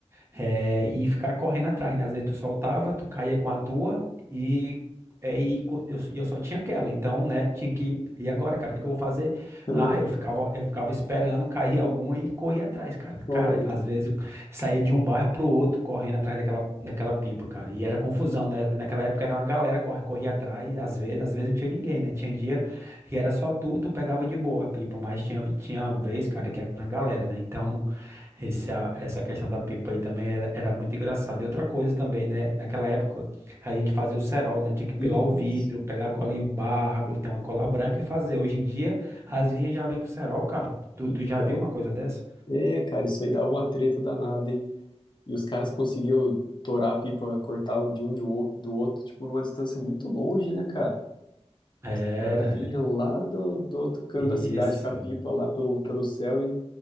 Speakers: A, on the right (about 25°); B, on the left (about 45°).
A: É, e ficar correndo atrás, né? Às vezes tu soltava, tu caía com a tua e, é, e co- eu, eu só tinha aquela. Então, né, tinha que. E agora, cara, o que que eu vou fazer?
B: <laughs>
A: Ah, eu ficava, eu ficava esperando cair alguma e corria atrás, cara.
B: Pô,
A: Cara, às vezes eu saía de um bairro pro outro correndo atrás daquela, daquela pipa, cara. E era confusão, né? Naquela época era uma galera que corre, corria atrás, às vezes, às vezes não tinha ninguém, né? Tinha dia e era só tu, tu pegava de boa a pipa, mas tinha, tinha vez, cara, que era uma galera, né? Então. Esse, a- essa questão da pipa aí também era, era muito engraçada. E outra coisa também, né? Naquela época, a gente fazia o cerol, né? Tinha que pilar
B: isso.
A: o vidro, pegar a cola em barra, ou então a cola branca e fazer. Hoje em dia, as linhas já vêm com cerol, cara. Tu,
B: Então,
A: tu já viu uma coisa dessa?
B: é, cara, isso aí dava uma treta danada, hein? E os caras conseguiam torar a pipa, cortar o de um de o- do outro, tipo, numa distância muito longe, né, cara?
A: Era,
B: O cara vinha lá do, do outro canto
A: isso,
B: da cidade com a pipa lá pelo, pelo céu e,